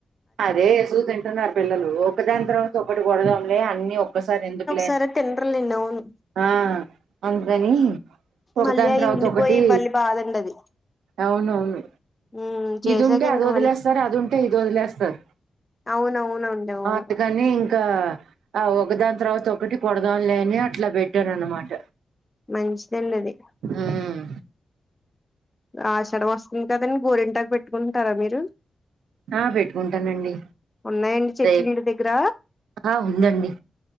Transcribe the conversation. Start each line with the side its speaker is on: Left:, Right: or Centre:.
Right: అదే ఏసుకు తింటున్నారు పిల్లలు ఒకదాని తర్వాత ఒకటి కొడదాంలే అన్ని ఒక్కసారి ఎందుకు
Left: సరే తిండ్రిలేని అవును
Right: ఆ మంచిదని ఒక
Left: మళ్ళీ
Right: దాని
Left: అవి
Right: తర్వాత
Left: ఉండిపోయి
Right: ఒకటి
Left: మళ్ళీ బాదండి అది
Right: అవునవును
Left: ఉమ్, చేసాక
Right: ఇది ఉంటే అది
Left: ఇంక
Right: వదిలేస్తారు
Left: మళ్ళీ
Right: అదుంటే ఇది వదిలేస్తారు
Left: అవునవునండి అవును
Right: అందుకని ఇంకా ఆ ఒకదాని తర్వాత ఒకటి కొడదాంలే అని అట్ల పెట్టారు అన్నమాట
Left: మంచిది అన్నది అది
Right: ఉమ్
Left: ఆషడం వస్తుంది కదండి గోరింటాకు పెట్టుకుంటారా మీరు
Right: ఆ పెట్టుకుంటానండి
Left: ఉన్నాయండి చెట్లు
Right: రేపు
Left: ఇంటి దగ్గర
Right: ఆ ఉందండి